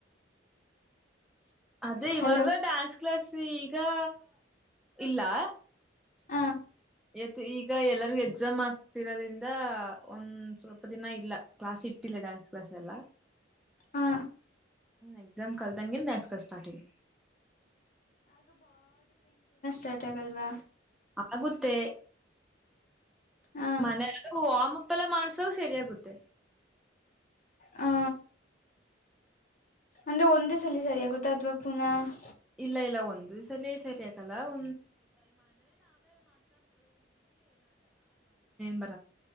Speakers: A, in the centre; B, on the left.
A: ಅದೇ
B: ಹಲೋ
A: ಇವಾಗ ಡ್ಯಾನ್ಸ್ ಕ್ಲಾಸ್ ತು ಈಗಾ ಇಲ್ಲಾ
B: ಹಾ
A: ಇವತ್ ಈಗ ಎಲ್ಲರಿಗೂ ಎಕ್ಸಾಮ್ ಆಗ್ತಿರಾರಿಂದ ಒಂದ್ ಸ್ವಲ್ಪ ದಿನ ಇಲ್ಲ ಕ್ಲಾಸ್ ಇಟ್ಟಿಲ್ಲ ಡಾನ್ಸ್ ಕ್ಲಾಸ್ ಎಲ್ಲಾ.
B: ಆ
A: ಎಕ್ಸಾಮ್ ಕಳ್ದಂಗೆ ಡಾನ್ಸ್ ಕ್ಲಾಸ್ ಸ್ಟಾರ್ಟಿಂಗ್
B: ಟೈಟ್ ಹಾಗಲ್ವಾ
A: ಹಾಗುತ್ತೆ
B: ಹ
A: ಮನೆಗೆ ಹೋಮಮ್ ಇತರ ಮಾಡ್ಸು ಸರಿಯಾಗುತ್ತೆ
B: ಹಾ ಅಂದ್ರೆ ಒಂದೇ ಸಲಿ ಸರಿಯಾಗುತ್ತ ಇಲ್ಲ ಪುನಃ
A: ಇಲ್ಲ ಇಲ್ಲ ಒಂದೇ ಸಲಿ ಸರಿಯಾಗು <inaudible>